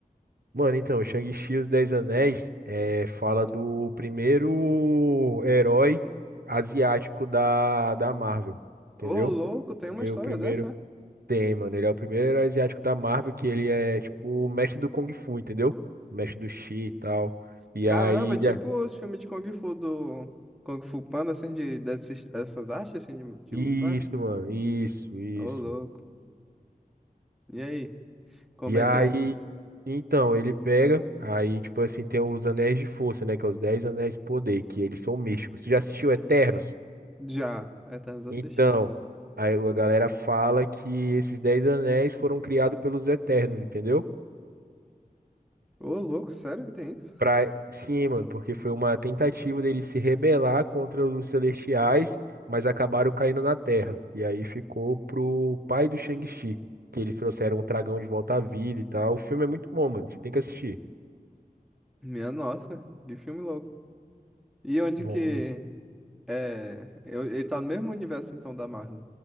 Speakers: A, on the right; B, in the centre.
A: Mano, então, o Shang-Chi e os Dez Anéis é, fala do primeiro herói asiático da, da Marvel, entendeu?
B: Ô, louco, tem uma
A: Ele
B: história
A: é O primeiro
B: dessa?
A: tem, mano. Ele é o primeiro herói asiático da Marvel que ele é, tipo, o mestre do Kung Fu, entendeu? O mestre do Chi e tal. E
B: Caramba,
A: aí. ele
B: é tipo
A: é-
B: os filmes de Kung Fu do... Kung Fu Panda, assim, de, dessas, dessas artes, assim, de, de
A: Isso,
B: lutar?
A: mano. Isso, isso.
B: Ô, louco. E aí, como
A: E
B: é
A: aí,
B: que é?
A: então, ele pega, aí, tipo assim, tem os anéis de força, né? Que é os 10 anéis de poder, que eles são místicos. Tu já assistiu Eternos?
B: Já, Eternos eu
A: Então,
B: assisti.
A: aí a galera fala que esses 10 anéis foram criados pelos Eternos, entendeu?
B: Ô, louco, sério que tem isso?
A: Pra... Sim, mano, porque foi uma tentativa deles se rebelar contra os Celestiais, mas acabaram caindo na Terra. E aí ficou pro pai do Shang-Chi, que eles trouxeram o dragão de volta à vida e tal. O filme é muito bom, mano, você tem que assistir.
B: Minha nossa, que filme louco. E onde
A: Bom.
B: que. É. eu- Ele tá no mesmo universo então da Marvel.